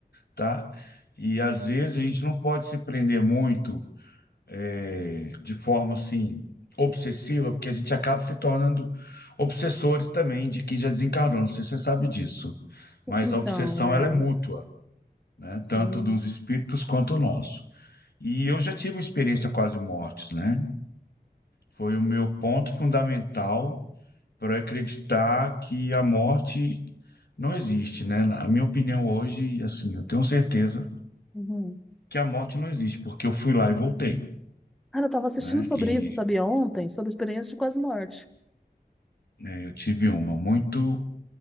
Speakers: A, on the left; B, in the centre.
A: tá? E às vezes a gente não pode se prender muito é, de forma assim obsessiva, porque a gente acaba se tornando obsessores também de quem já desencarnou. Não sei se você sabe disso, mas
B: Então,
A: a obsessão
B: é,
A: ela é mútua, né?
B: sim.
A: Tanto dos espíritos quanto o nosso. E eu já tive uma experiência quase mortes, né? Foi o meu ponto fundamental para acreditar que a morte não existe, né? Na- A minha opinião hoje, assim, eu tenho certeza
B: Uhum.
A: que a morte não existe, porque eu fui lá e voltei,
B: Cara, eu tava assistindo
A: né?
B: sobre
A: E
B: isso, sabia, ontem, sobre experiência de quase morte.
A: né, eu tive uma muito